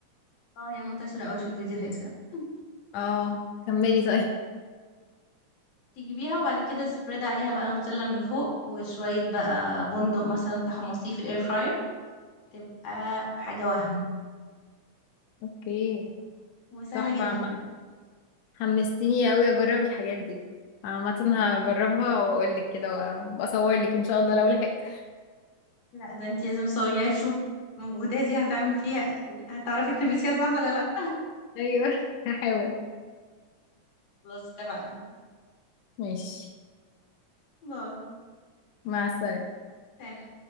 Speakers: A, on the left (about 60°); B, on the left (about 80°).
A: اه هي منتشرة قوي في الفيديوهات فعلا <laughs>
B: اه كملي طيب
A: تجيبيها وبعد كده سبريد عليها بقى نوتيلا من فوق وشوية بقى بندق مثلا تحمصيه في الاير فراير تبقى حاجة وهم
B: اوكي
A: وسهلة
B: تحفه
A: جدا
B: عامة.
A: يعني
B: حمستيني قوي اجرب الحاجات دي عامه هجربها واقول لك كده وابقى اصور لك ان شاء الله لو لحقت
A: لا ده انت لازم تصوري عايزة اشوف مجهوداتي هتعمل فيها يعني هتعرفي تنفذيها صح ولا لا
B: <laughs> ايوه هحاول
A: خلاص اتفقنا
B: ماشي
A: باي
B: مع السلامه
A: سلام